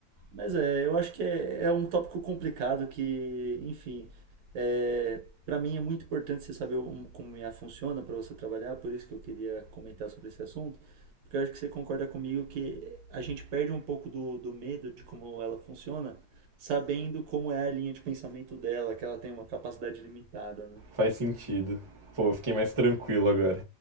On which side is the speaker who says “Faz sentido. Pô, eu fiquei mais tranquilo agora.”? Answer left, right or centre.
Right